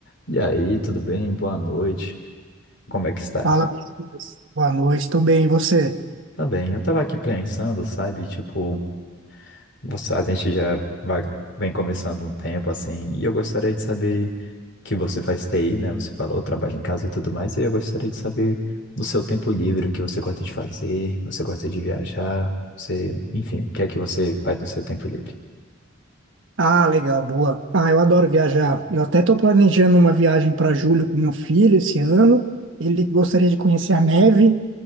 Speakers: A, on the left; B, on the right.
A: E aí, tudo bem? Boa noite. Como é que está?
B: Fala, Messias. Boa noite, tudo bem, e você?
A: Tá bem. Eu tava aqui pensando, sabe? Tipo, você, a gente já vai, vem conversando um tempo assim, e eu gostaria de saber que você faz TI, né? Você falou, trabalha em casa e tudo mais, e eu gostaria de saber no seu tempo livre o que você gosta de fazer, você gosta de viajar, você, enfim, o que é que você faz no seu tempo livre?
B: Ah, legal, boa. Ah, eu adoro viajar. Eu até estou planejando uma viagem para julho com meu filho esse ano. Ele gostaria de conhecer a neve